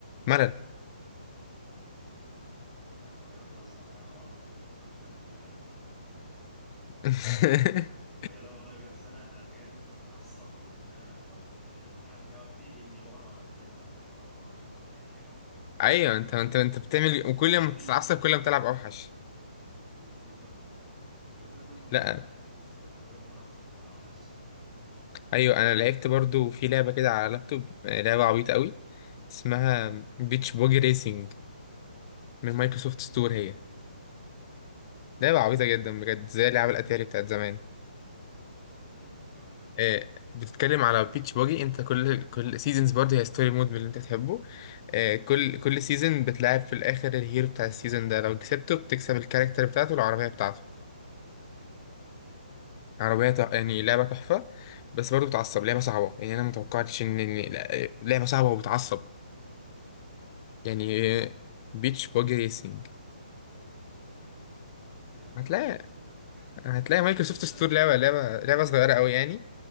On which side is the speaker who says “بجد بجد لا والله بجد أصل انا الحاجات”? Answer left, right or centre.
Centre